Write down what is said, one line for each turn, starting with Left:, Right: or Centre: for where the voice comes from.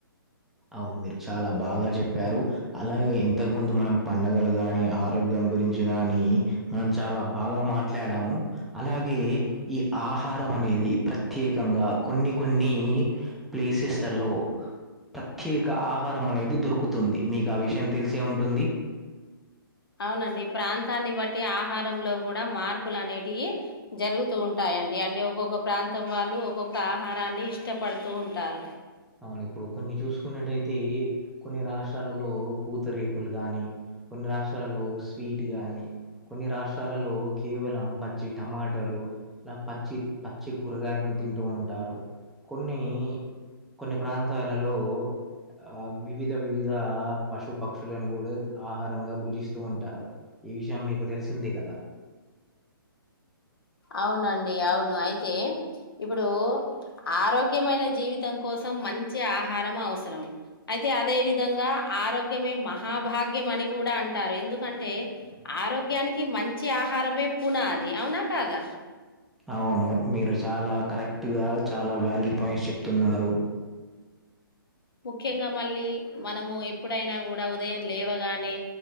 Centre: అవును మీరు చాలా బాగా చెప్పారు అలాగే ఇంతకు ముందు మనం పండగలు గానీ ఆరోగ్యం గురించి గానీ మనం చాలా బాగా మాట్లాడాము అలాగే ఈ ఆహార అం అనేది ప్రత్యేకంగా కొన్ని కొన్ని ప్లేసెస్ల్ లలో ప్రత్యేక ఆహారం అనేది దొరుకుతుంది మీకు ఆ విషయం తెలిసేవుంటుంది
Left: అవునండి ప్రాంతాన్ని బట్టి ఆహారంలో కూడా మార్పులు అనేటియు జరుగుతూ ఉంటాయి ఏంటి అంటే ఒక్కొక్క ప్రాంతం వాళ్ళు ఒక్కొక్క ఆహారాన్ని ఇష్టపడుతూ ఉంటారు
Centre: అవును ఇప్పుడు కొన్ని చూసుకున్నట్టయితే కొన్ని రాష్ట్రాలలో పూతరేకులు గానీ కొన్ని రాష్ట్రాలలో స్వీట్ గానీ కొన్ని రాష్ట్రాల్ లలో కేవలం పచ్చి టమాటోలు ఇలా పచ్చి పచ్చి కూరగాయలను తింటూ ఉంటారు కొన్ని కొన్ని ప్రాంతాలలో ఆ వివిధ వివిధ పశు పక్షులను కూడా ఆహారంగా భుజిస్తూ ఉంటారు ఈ విషయం మీకు తెలిసిందే కదా
Left: అవునండి అవును అయితే ఇప్పుడు ఆరోగ్యమైన జీవితం కోసం మంచి ఆహారము అవసరం అయితే అదే విధంగా ఆరోగ్యమే మహాభాగ్యం అని కూడా అంటారు ఎందుకంటే ఆరోగ్యానికి మంచి ఆహారమే పునాది అవునా కాదా
Centre: అవును మీరు చాలా కరెక్ట్ గా చాలా వాలీడ్ పాయింట్స్ చెప్తున్నారు
Left: ముఖ్యంగా మళ్ళీ మనము ఎప్పుడైనా గూడా ఉదయం లేవగానే